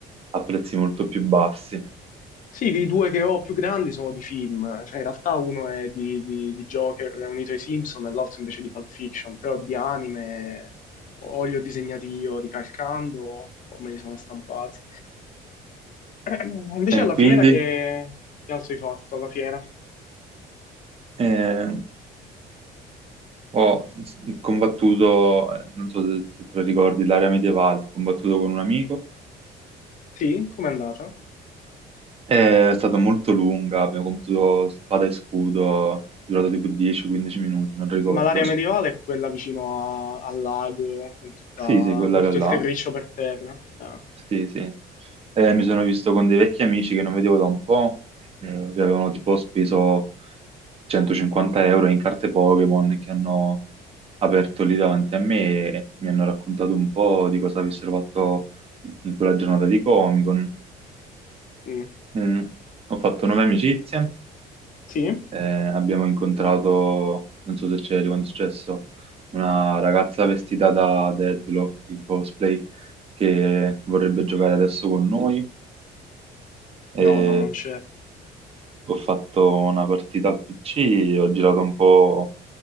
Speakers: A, on the right (about 35°); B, on the left (about 50°).
A: a prezzi molto più bassi.
B: Sì, i due che ho più grandi sono di film, cioè in realtà uno è di, di- di Joker unito ai Simpson e l'altro invece di Pulp Fiction, però di anime o li ho disegnati io ricalcando o me li sono stampati. <clears throat> Eh, Invece
A: E
B: alla
A: quindi
B: fiera che, che altro hai fatto alla fiera?
A: eh, ho s- combattuto, eh, non so se, se te lo ricordi, l'area medievale, ho combattuto con un amico,
B: Sì, com'è andata?
A: è stata molto lunga, abbiamo combattuto spada e scudo, è durato tipo 10-15 minuti, non ricordo.
B: Ma l'area medievale è quella vicino a- al lago, con, tutta-
A: Sì, sì, quell'area
B: con tutto
A: là.
B: il terriccio per terra. Ah,
A: Sì, sì. Eh, mi sono visto con dei vecchi amici che non vedevo da un po', eh, che avevano tipo speso 150 euro in carte Pokémon e che hanno aperto lì davanti a me e mi hanno raccontato un po' di cosa avessero fatto in quella giornata di Comic-Con.
B: mm.
A: Mm, Ho fatto nuove amicizie,
B: Sì?
A: eh, abbiamo incontrato, non so se c'eri quando è successo, una ragazza vestita da Deadlock in cosplay che vorrebbe giocare adesso con noi. E
B: No, no, non c'è.
A: Ho fatto una partita al PC, ho girato un po'